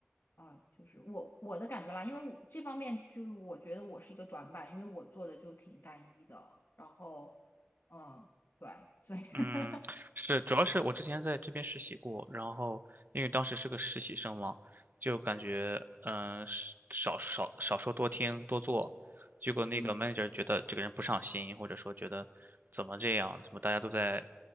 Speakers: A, on the left; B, on the right.
A: 啊，就是我我的感觉啦，因为我这方面就是我觉得我是一个短板，因为我做的就挺单一的。然后，嗯，对，所以 <laughs>
B: 嗯，是，主要是我之前在这边实习过，然后因为当时是个实习生嘛，就感觉嗯、呃是少少少说多听多做，结果那个
A: 嗯。
B: manager 觉得这个人不上心，或者说觉得怎么这样，怎么大家都在